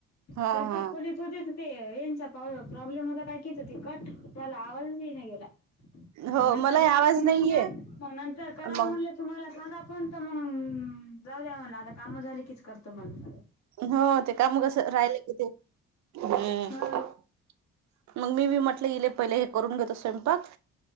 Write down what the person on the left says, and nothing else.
स्वयंपाक
खोली तो तिथं ते रेंजचा <unintelligible> प्रॉब्लेम होता काय कीच ते कट त्याला आवाजच येई नाही गेला. मग
नंतर
लावा
म्हणलं
मग नंतर कराव
म्हणलं तुम्हाला सादा फोन तर मंग जाऊ द्या म्हणला आता कामं झाली कीच करतो म्हण सगळे.
हा